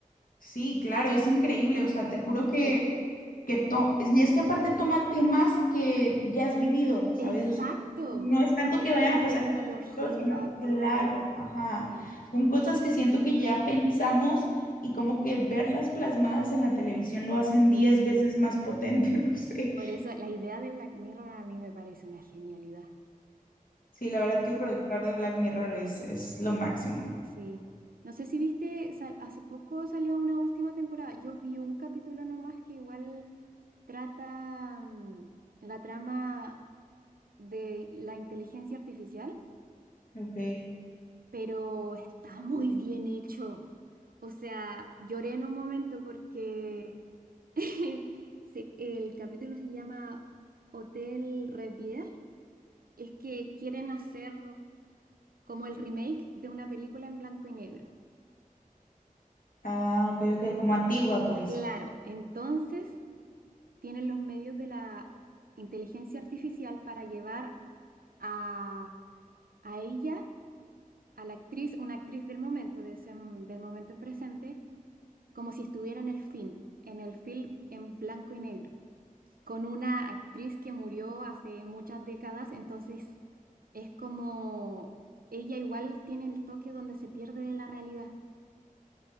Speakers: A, on the left (about 70°); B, on the right (about 80°).
A: Sí, claro, es increíble, o sea, te juro
B: Sí.
A: que que to- y es que aparte toma temas que ya has vivido, ¿sabes?
B: Exacto.
A: O sea, no es tanto que vayan
B: La
A: a pasar
B: tecnología,
A: en el futuro, sino,
B: todo
A: claro,
B: eso.
A: ajá,
B: Wow.
A: son cosas que siento que ya pensamos y como que verlas plasmadas en la televisión lo hacen diez
B: Sí.
A: veces más potente, <laughs> no sé.
B: Por eso la idea de Black Mirror a mí me parece una genialidad.
A: Sí, la verdad que el productor de Black Mirror es, es lo máximo.
B: Sí. No sé si viste, sal- hace poco salió una última temporada. Yo vi un capítulo nomás que igual trata mm, la trama de la inteligencia artificial.
A: Ok.
B: pero está muy bien hecho. O sea, lloré en un momento porque <laughs> se- el capítulo se llama Hotel Revier. Es que quieren hacer como el remake de una película en blanco y negro.
A: Ah, ok, ok, como antigua, pues.
B: Claro, entonces tienen los medios de la inteligencia artificial para llevar a, a ella, a la actriz, una actriz del momento, de ese- del momento en presente como si estuviera en el film, en el film en blanco y negro, con una actriz que murió hace muchas décadas, entonces es como ella igual tiene el toque donde se pierde de la realidad.